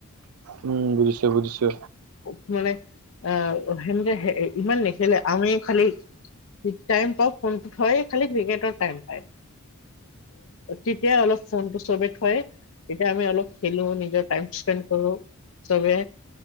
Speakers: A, on the right (about 80°); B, on the left (about 60°).
A: উম বুজিছো বুজিছো
B: উপ মানে আহ সেনেকে হে ইমান নেখেলে আমি খালি ঠিক টাইম পাওঁ ফোনটো থয় খালি ক্ৰিকেট টাইম পায় তেতিয়া অলপ ফোনটো চবে থয় তেতিয়া আমি অলপ খেলো নিজৰ টাইম স্পেণ্ড কৰো। চবে